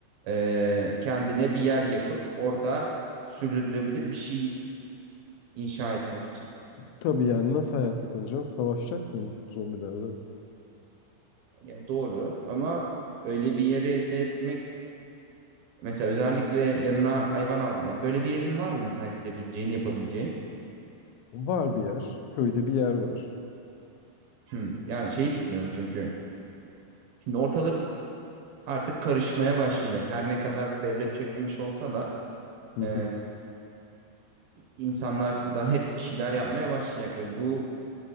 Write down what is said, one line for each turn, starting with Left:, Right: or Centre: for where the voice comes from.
Right: e, kendine bir yer yapıp orada sürdürülebilir bir şey inşa etmek için.
Left: tabii yani nasıl hayatta kalacağım? Savaşacak mıyım zombilerle?
Right: Ya doğru ama öyle bir yeri elde etmek mesela özellikle yanına hayvan aldın. Ya böyle bir yerin var mı mesela gidebileceğin, yapabileceğin?
Left: Var bir yer. Köyde bir yer var.
Right: Hmm. Yani şeyi düşünüyorum çünkü şimdi ortalık artık karışmaya başlayacak. Her ne kadar devlet çekmemiş olsa da
Left: Hı hı.
Right: e, insanlar da hep bir şeyler yapmaya başlayacak ve bunun